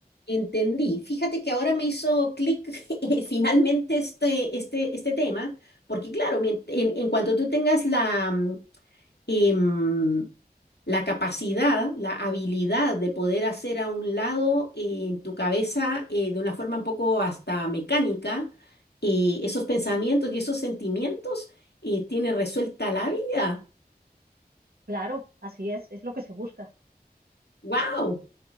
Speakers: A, on the left; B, on the right.
A: entendí. Fíjate que ahora me hizo clic <laughs> eh, finalmente este, este, este tema, porque claro, mien- en, en cuanto tú tengas la, mm, em, la capacidad, la habilidad de poder hacer a un lado eh, en tu cabeza eh, de una forma un poco hasta mecánica eh, esos pensamientos y esos sentimientos, eh, tiene resuelta la vida.
B: claro, así es, es lo que se busca.
A: ¡Wow!